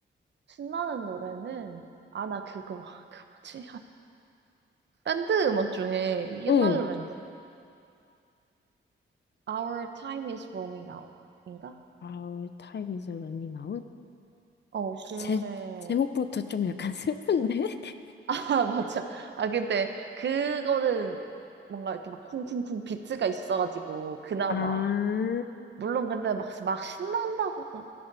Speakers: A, on the right; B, on the left.
A: 신나는 노래는, 아, 나 그거, <laughs> 그 뭐지? 아, 밴드 음악 중에 그 옛날
B: 응.
A: 노랜데. Our time is running out. 인가?
B: 아, 타임 이즈 러닝 아웃?
A: 어, 그
B: 제,
A: 노래.
B: 제목부터 좀 약간 슬픈데? <laughs>
A: <laughs> 아, 맞아. 아, 근데, 그거는 뭔가 이렇게 막 쿵쿵쿵 비트가 있어가지고, 그나마.
B: 아,
A: 물론 근데 막, 막 신난다고 음,